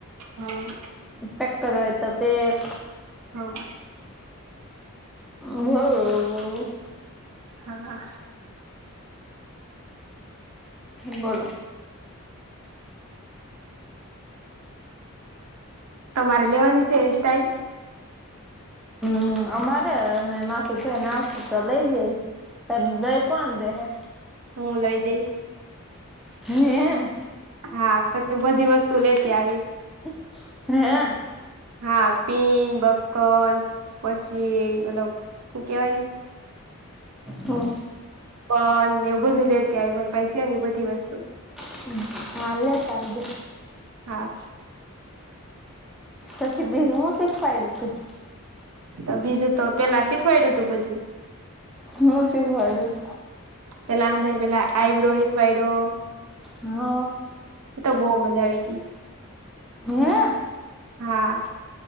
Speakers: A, on the right; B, in the centre.
A: હ
B: પેક કરવા હોય તો પેક.
A: હા.
B: ભોઉ બોહ.
A: હાના.
B: બોલો.
A: તમારે લેવાની છે એ સ્ટાઇલ?
B: હું અમારે અમે માથું થઈ ને આવશું તો લઈ લઈશ દઈ કોણ દે હે.
A: હું લઈ દઈ.
B: હે.
A: હા, પછી બધી વસ્તુ લેતી આવી.
B: હે.
A: હા પીન બકકલ પછી મતલબ હું કેવાય
B: હો.
A: પન એવું બધું લેતી આઈવી માર પૈસે ને ઈ બધી વસ્તુ.
B: હમ્મ. હા લેતા આવજો.
A: હા.
B: પછી બીજું હું શિખવાઈડું તું?
A: તો બીજું તો પેલા શીખવાઈડું તું બધુંય.
B: હું શીખવાડ્યું?
A: પહેલા હંધાઈ પહેલા આઈબ્રો હિખવાઈડો.
B: હા.
A: એ તો બહુ મજા આવી ગી.
B: હે?
A: હા